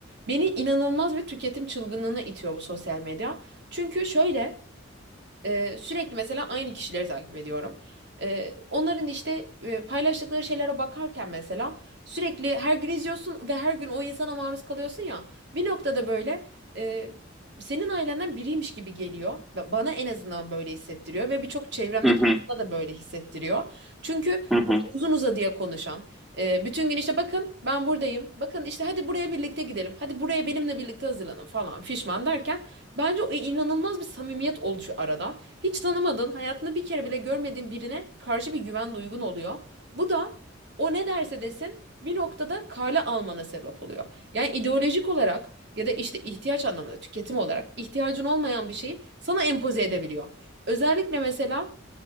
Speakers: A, on the right; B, in the centre.
A: Beni inanılmaz bir tüketim çılgınlığına itiyor bu sosyal medya. Çünkü şöyle, ee, sürekli mesela aynı kişileri takip ediyorum. Ee, onların işte e, paylaştıkları şeylere bakarken mesela sürekli her gün izliyorsun ve her gün o insana maruz kalıyorsun ya. Bir noktada böyle e, senin ailenden biriymiş gibi geliyor. Ba- Bana en azından böyle hissettiriyor ve birçok çevremdeki
B: Hı hı,
A: insana da böyle hissettiriyor. Çünkü
B: hı hı,
A: böyle uzun uzadıya konuşan, e, bütün gün işte bakın ben buradayım, bakın işte hadi buraya birlikte gidelim, hadi buraya benimle birlikte hazırlanın falan fişman derken Bence o inanılmaz bir samimiyet oluşu arada. Hiç tanımadığın, hayatını bir kere bile görmediğin birine karşı bir güven duygun oluyor. Bu da o ne derse desin bir noktada kale almana sebep oluyor. Yani ideolojik olarak ya da işte ihtiyaç anlamında tüketim olarak ihtiyacın olmayan bir şeyi sana empoze edebiliyor. Özellikle mesela